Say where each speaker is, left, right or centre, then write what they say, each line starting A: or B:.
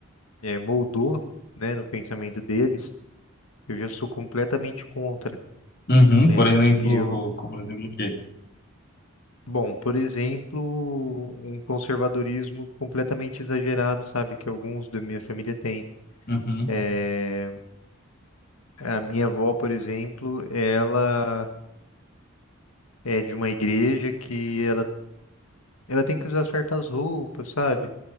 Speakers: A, on the left; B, on the left.
A: eh, moldou, né, no pensamento deles, eu já sou completamente contra,
B: uhum,
A: né?
B: por exemplo,
A: E eu,
B: como por exemplo o quê?
A: bom, por exemplo, um conservadorismo completamente exagerado, sabe, que alguns da minha família têm.
B: Uhum,
A: é A minha avó, por exemplo, ela é de uma igreja que ela, ela tem que usar certas roupas, sabe?